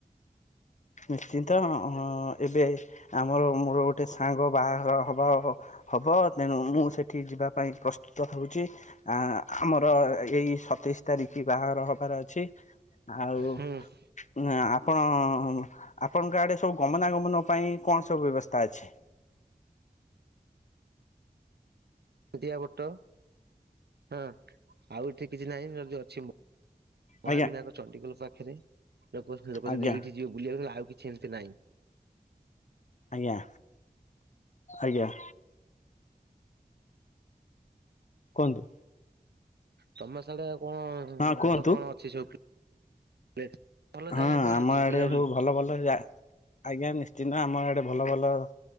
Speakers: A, on the left (about 50°); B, on the right (about 85°).
A: ନିଶ୍ଚିନ୍ତ ହଁ ଏବେ ଆମର ମୋର ଗୋଟେ ସାଙ୍ଗ ବାହାଘର ହବାର ହ ହବ ତେଣୁ ମୁଁ ସେଠି ଯିବା ପାଇଁ ପ୍ରସ୍ତୁତ ହେଉଛି। ଆ ଆମର ଏଇ ସତେଇଶି ତାରିକ୍ ବାହାଘର ହବାର ଅଛି। ଆଉ
B: ହୁଁ
A: ଆ ଆପଣ ଆପଣଙ୍କ ଆଡ଼େ ସବୁ ଗମନାଗମନ ପାଇଁ କଣ ସବୁ ବ୍ୟବସ୍ଥା ଅଛି?
B: <unintelligible> ବଟ ହଁ ଆଉ ଏଠି କିଛି ନାହିଁ <unintelligible> ମ ମହାବିନାୟକ
A: ଆଜ୍ଞା
B: ଚଣ୍ଡଖୋଲ୍ ପାଖେରେ ଲୋକ ଲୋକ
A: ଆଜ୍ଞା
B: ଯଦି ଏଇଠି ଯିବ ବୁଲିଆକୁ ଆଉ କିଛି ଏମିତି ନାଇଁ।
A: ଆଜ୍ଞା ଆଜ୍ଞା। କୁହନ୍ତୁ।
B: ତମ ସାଡେ ଆଉ କଣ
A: ହଁ କୁହନ୍ତୁ
B: ଆଉ କଣ ଅଛି ସବୁ <unintelligible>
A: ହଁ
B: କଣ
A: ଆମ
B: ଅଛି
A: ଆଡେ
B: ବୁଲାବୁଲି
A: ସବୁ ଭଲ ଭଲ ଯା ଆଜ୍ଞା ନିଶ୍ଚିନ୍ତ, ଆମ ଆଡେ ଭଲ ଭଲ